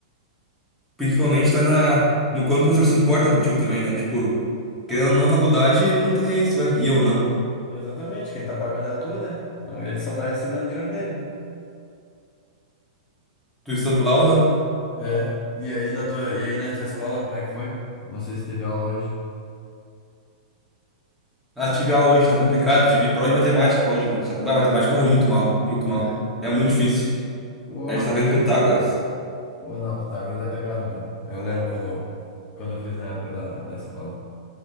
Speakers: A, in the centre; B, on the left (about 35°).
A: principalmente tá na, no quanto o professor se importa contigo também, né? Tipo, Querendo ou não, na faculdade, ele não tá nem aí, se tu vai... e eu não.
B: Exatamente, quem tá pagando é tu, né? Então ele só tá recebendo o dinheiro dele, né?
A: Tu estando lá ou não?
B: É. E aí na tua, e aí na tua escola, como é que foi? Não sei se teve aula hoje.
A: Ah, tive aula hoje, tá complicado, tive prova de matemática hoje, meu. Só que, bah, matemática eu vou muito mal, muito mal.
B: É?
A: É muito difícil.
B: Pô,
A: A gente tá vendo Pitágoras.
B: pô, não, Pitágoras é pegado mesmo. Eu lembro quando eu, quando eu fiz na época da, da escola.